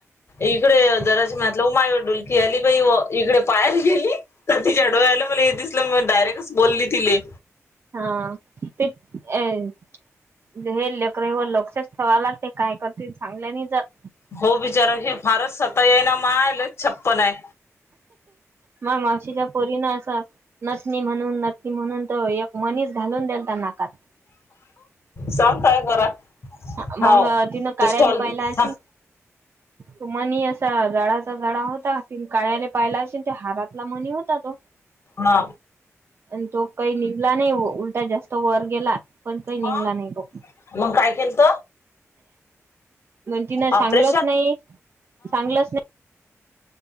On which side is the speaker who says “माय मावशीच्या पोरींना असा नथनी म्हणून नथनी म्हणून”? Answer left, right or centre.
Right